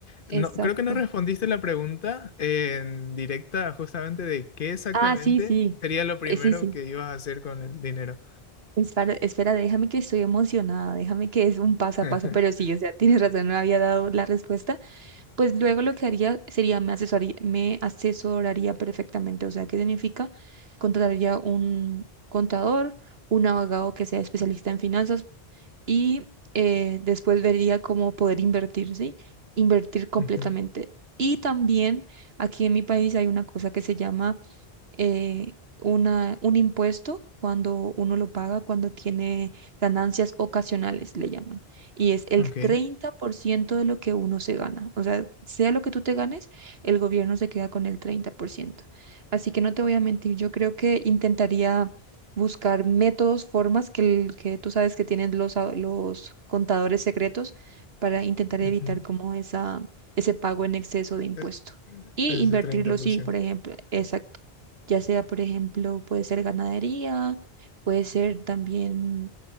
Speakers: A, on the left; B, on the right.
A: no,
B: Exacto.
A: creo que no respondiste la pregunta en directa justamente de qué exactamente
B: Ah, sí, sí.
A: sería lo primero
B: Eh, sí, sí.
A: que ibas a hacer con el dinero.
B: Espera, espera, déjame que estoy emocionada, déjame que es un paso a
A: <laughs>
B: paso, pero sí, o sea, <laughs> tienes razón, no había dado la respuesta. Pues luego lo que haría sería me asesoraría, me asesoraría perfectamente, o sea, ¿qué significa? Contrataría un contador, un abogado que sea especialista en finanzas y eh, después vería cómo poder invertir, ¿sí? Invertir completamente.
A: Ujú,
B: Y también aquí en mi país hay una cosa que se llama eh, una, un impuesto cuando uno lo paga, cuando tiene ganancias ocasionales, le llaman. Y es el
A: Ok.
B: 30% de lo que uno se gana. O sea, sea lo que tú te ganes, el gobierno se queda con el treinta por ciento Así que no te voy a mentir, yo creo que intentaría buscar métodos, formas que, el- que tú sabes que tienen los, a- los contadores secretos para intentar evitar
A: ujú.
B: como esa, ese pago en exceso de impuesto.
A: E-
B: Y
A: e, Ese
B: invertirlo,
A: 30%.
B: sí, por ejemplo, exacto ya sea, por ejemplo, puede ser ganadería, puede ser también